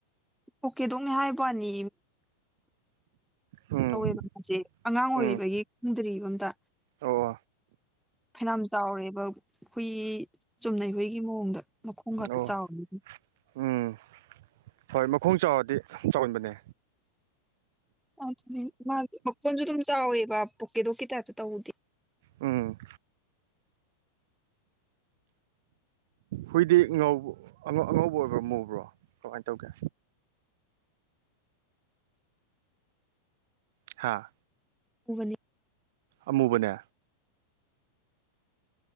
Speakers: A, in the centre; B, on the right.
A: ꯄꯣꯀꯦꯠ ꯗꯣꯒ ꯅꯦ ꯍꯥꯏ ꯋꯥꯅꯦ
B: ꯎꯝ
A: ꯇꯧꯋꯦꯕ ꯃꯥꯁꯦ ꯑꯉꯥꯡ ꯑꯣꯏꯔꯤꯕꯒꯤ
B: ꯎꯝ
A: ꯈꯪꯗ꯭ꯔꯤꯕ ꯑꯝꯗ
B: ꯑꯣ
A: ꯐꯅꯌꯥꯝ ꯆꯥꯎꯔꯦꯕ ꯍꯨꯏ ꯆꯨꯝꯅꯩ ꯍꯨꯏꯒꯤ ꯃꯑꯣꯡꯗ ꯃꯈꯣꯡ ꯈꯥꯛꯇ
B: ꯑꯣ
A: ꯆꯥꯎꯔꯦ
B: ꯎꯝ ꯍꯣꯏ ꯃꯈꯣꯡ ꯆꯥꯎꯔꯗꯤ ꯆꯥꯎꯟꯕꯅꯦ
A: ꯑꯗꯨꯗꯤ ꯃꯥꯒꯤ ꯃꯈꯣꯟꯁꯨ ꯑꯗꯨꯝ ꯆꯥꯎꯋꯦꯕ ꯄꯣꯛꯀꯦꯗꯣꯛꯀꯤ ꯇꯥꯏꯞꯇ ꯇꯧꯕꯗꯤ
B: ꯎꯝ ꯍꯨꯏꯗꯤ ꯉꯥꯎ ꯑꯉꯧꯕ ꯑꯣꯏꯕ꯭ꯔꯣ ꯃꯨꯕ꯭ꯔꯣ ꯀꯃꯥꯏꯅ ꯇꯧꯒꯦ ꯍꯥꯥ
A: ꯎꯕꯅꯤ
B: ꯑꯃꯨꯕꯅꯦ